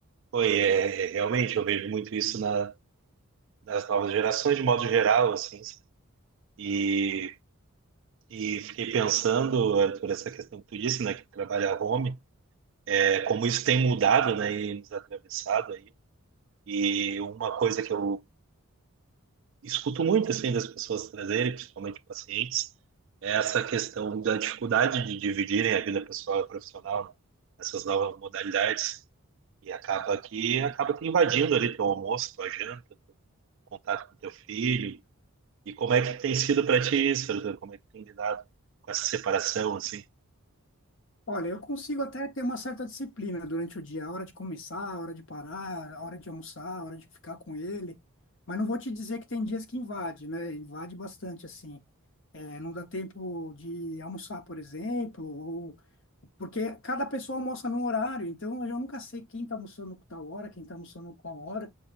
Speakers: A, on the right (about 55°); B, on the left (about 55°).
A: Foi, é, é, realmente, eu vejo muito isso na das novas gerações, de modo geral, assim. sabe? E, e fiquei pensando, Arthur, essa questão que tu disse, né, que trabalha home, é, como isso tem mudado, né, e nos atravessado aí. E uma coisa que eu escuto muito, assim, das pessoas trazerem, principalmente pacientes, é essa questão da dificuldade de dividirem a vida pessoal e profissional, né, essas novas modalidades. E acaba que acaba te invadindo ali teu almoço, tua janta, teu contato com teu filho, E como é que tem sido para ti isso, Arthur? Como é que tem lidado com essa separação, assim?
B: Olha, eu consigo até ter uma certa disciplina durante o dia, a hora de começar, a hora de parar, a hora de almoçar, a hora de ficar com ele. Mas não vou te dizer que tem dias que invade, né? Invade bastante, assim. É, não dá tempo de almoçar, por exemplo, ou porque cada pessoa almoça num horário, então eu nunca sei quem está almoçando com tal hora, quem está almoçando com qual hora,